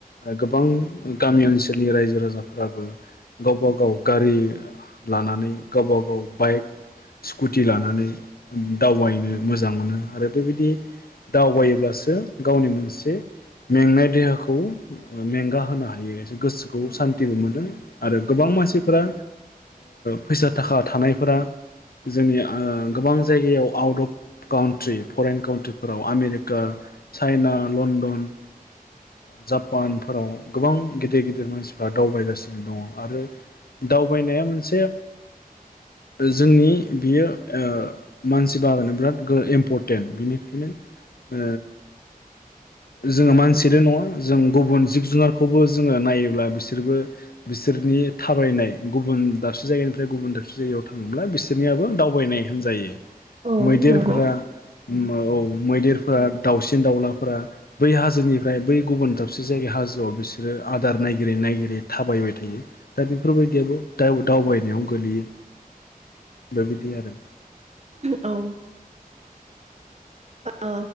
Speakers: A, on the left (about 85°); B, on the right (about 45°).
A: ओ गोबां गामि ओनसोलनि रायजो राजाफोराबो गावबा गाव गारि लानानै गावबा गाव बाइक स्कुटि लानानै दावबायनो मोजां मोनो आरो बेबायदि दावबाय गावनि मोनसे मेंनाय देहाखौ मेंगा होनो हायो गोसोखौ
B: औ
A: सान्थिबो मोनो आरो गोबां मानसिफोरा
B: नंगौ
A: फैसा थाखा थानायफोरा जोंनि आ गोबां जायगायाव आउट अफ काउन्ट्रि फरेन काउन्ट्रिफोराव आमेरि का चाइना लणडन जापानफोराव गोबां गिदिर गिदिर मानसिफोरा दावबायगासिनो दङ आरो दावबायनाया मोनसे जोंनि बियो ओ मानसि बागोनानो बिराद इम्परटेन्ट बिनिखायनो ओ जोङो मानसिल' नङा जों गुबुन जिब जुनारखौबो जोङो नायोब्ला बिसोरबो बिसोरनि थाबायनाय गुबुन दाबसे जायगानिफ्राय गुबुन दाबसे जायगायाव थाङोब्ला बिसोरनियाबो दावबायनाय होनजायो
B: औ
A: मैदेरफोरा
B: नंगौ
A: औ मैदेरफोरा दाउसिन सिन दावलाफोरा बै हाजोनिफ्राय बै गुबुन दाबसे जायगा हाजोआव बिसोरो आदार नायगिरै नायगिरै थाबायबाय थायो दा बेफोरबायदियाबो दाव-दावबायनायाव गोलैयो बेबायदि आरो
B: औ ओ